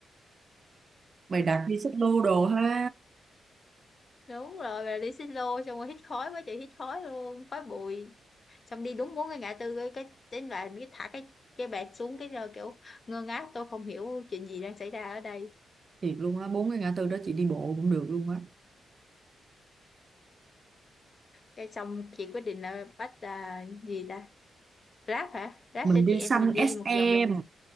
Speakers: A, on the right; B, on the left.
A: bày đặt đi xích lô đồ ha
B: đúng rồi mà đi xích lô xong rồi hít khói quá trời hít khói luôn khói bụi xong đi đúng bốn cái ngã tư cái cái đến đoạn cái thả cái cái bẹt xuống cái giờ kiểu ngơ ngác tôi không hiểu chuyện gì đang xảy ra ở đây
A: thiệt luôn á bốn cái ngã tư đó chị đi bộ cũng được luôn á
B: cái xong chị quyết định là bắt à, gì ta Grab hả Grab
A: mình
B: cho
A: đi
B: chị em
A: xanh
B: mình đi
A: SM
B: một vòng